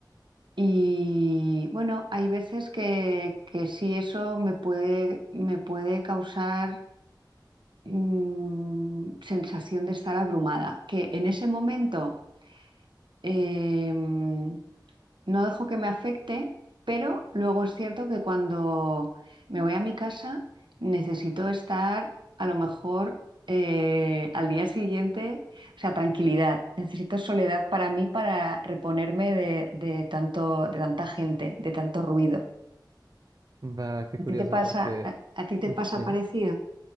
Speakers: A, on the right; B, on the right.
A: Y bueno, hay veces que, que sí eso me puede, me puede causar mm, sensación de estar abrumada, que en ese momento em, no dejo que me afecte, pero luego es cierto que cuando me voy a mi casa necesito estar a lo mejor eh, al día siguiente, o sea, tranquilidad, necesito soledad para mí para reponerme de, de tanto, de tanta gente, de tanto ruido.
B: Va, qué
A: ¿A
B: curioso
A: ti te pasa,
B: porque...
A: a, a ti te
B: Mm,
A: pasa
B: Dime.
A: parecido